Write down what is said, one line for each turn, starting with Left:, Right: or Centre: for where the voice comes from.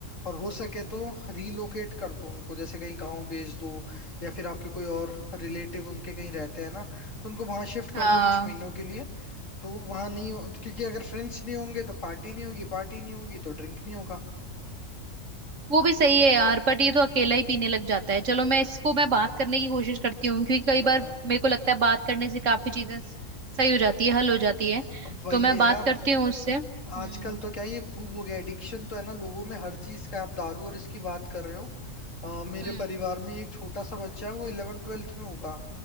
Left: और हो सके तो रीलोकेट कर दो उनको जैसे कहीं गांव भेज दो या फिर आपके कोई और रिलेटिव उनके कहीं रहते हैं ना तो उनको वहां शिफ्ट
Right: हाँ
Left: कर दो कुछ महीनों के लिए तो वो वहां नहीं हो- क्योंकि अगर फ्रेंड्स नहीं होंगे तो पार्टी नहीं होगी पार्टी नहीं होगी तो ड्रिंक नहीं होगा
Right: वो भी सही है यार बट ये तो अकेला ही पीने लग जाता है चलो मैं इसको मैं बात करने की कोशिश करती हूँ क्योंकि कई
Left: हाँ
Right: बार मेरे को लगता है बात करने से काफी चीजें स- सही हो जाती है हल हो जाती है
Left: अब वही
Right: तो मैं
Left: है
Right: बात
Left: यार
Right: करती हूँ उससे हम्म
Left: आजकल तो क्या है ये खूब हो गया एडिक्शन तो है ना लोगों में हर चीज का आप दारू और इसकी बात कर रहे हो अ, मेरे
Right: हम्म
Left: परिवार में एक छोटा सा बच्चा है वो इलेवन ट्वेल्थ में होगा